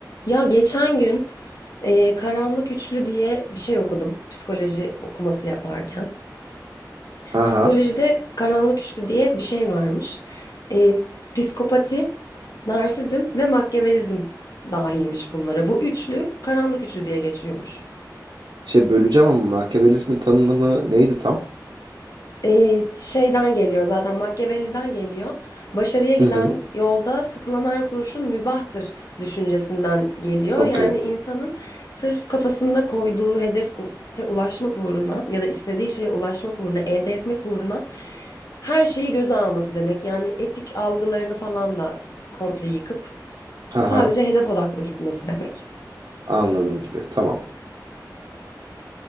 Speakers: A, on the left (about 55°); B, on the right (about 70°).
A: Ya geçen gün e, Karanlık Üçlü diye bir şey okudum. Psikoloji okuması yaparken.
B: Ha
A: Psikolojide
B: ha.
A: Karanlık Üçlü diye bir şey varmış. E, psikopati, narsizm ve makyavelizm dahilmiş bunlara. Bu üçlü Karanlık Üçlü diye geçiyormuş.
B: Şey böleceğim ama makyavelizmin tanımı neydi tam?
A: Ee, şeyden geliyor zaten Machiavelli'den geliyor. Başarıya giden
B: Hı hı.
A: yolda sıkılan her kuruşun mübahtır düşüncesinden geliyor.
B: Okey.
A: Yani insanın sırf kafasında koyduğu hedefe ulaşmak uğruna ya da istediği şeye ulaşmak uğruna, elde etmek uğruna her şeyi göze alması demek. Yani etik algılarını falan da komple yıkıp
B: Ha
A: sadece
B: ha.
A: hedef odaklı gitmesi demek.
B: Anladım gibi. Tamam.